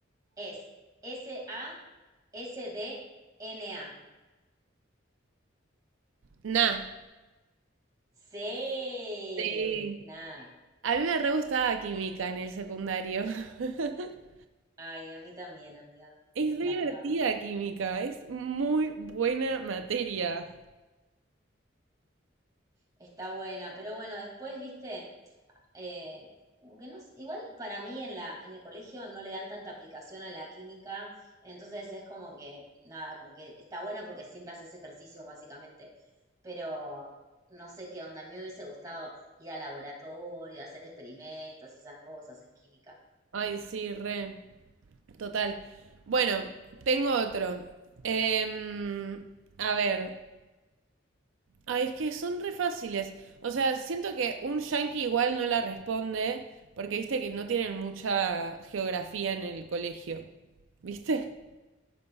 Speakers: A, on the right; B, on the right.
A: es S-A-S-D-N-A.
B: Na.
A: Sí,
B: Sí.
A: nada.
B: A mí me re gustaba química en el secundario. <laughs>
A: Ay, a mí también, amiga.
B: Es
A: Me encantaba.
B: re divertida química, es muy buena materia.
A: Está buena, pero bueno, después, viste, eh, como que no, s- igual para mí en la, en el colegio no le dan tanta aplicación a la química, entonces es como que, nada, como que está buena porque siempre haces ejercicios, básicamente. Pero no sé qué onda, a mí me hubiese gustado ir al laboratorio, hacer experimentos y esas cosas en química.
B: Ay, sí, re. Total. Bueno, tengo otro. Em, a ver. Ay, es que son re fáciles. O sea, siento que un yankee igual no la responde, porque viste que no tienen mucha geografía en el colegio. ¿Viste?